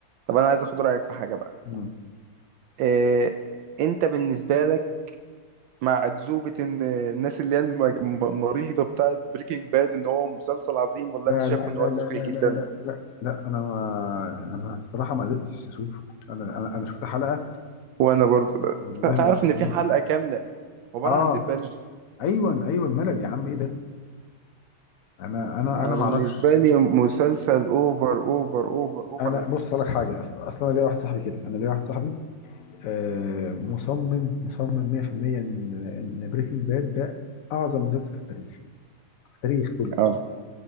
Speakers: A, on the right; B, on the left.
A: طب انا عايز اخد رايك في حاجه بقى
B: مم.
A: آه، انت بالنسبه لك مع اكذوبه ان الناس اللي هي المج- م- مريضه بتاعت بريكنج باد ان هو مسلسل عظيم ولا
B: لا
A: انت شايف
B: لا لا
A: ان هو تافه
B: لا لا
A: جدا
B: لا لا لا لا انا ما انا الصراحه ما قدرتش اشوف انا انا انا شفت حلقه
A: وانا برضو
B: والله
A: لا. تعرف
B: ما قدرت
A: ان
B: اكمل
A: في حلقه كامله عباره
B: اه
A: عن دبانه
B: ايوه ايوه ملل يا عم ايه ده انا انا
A: انا
B: انا ما
A: بالنسبه
B: اعرفش
A: لي مسلسل اوفر اوفر اوفر اوفر
B: انا
A: ريتد
B: بص أقول لك حاجه اصلا اصلا انا ليا واحد صاحبي كده انا ليا واحد صاحبي آه مصمم مصمم 100% ان ان بريكنج باد ده اعظم مسلسل في التاريخ في التاريخ كله
A: اه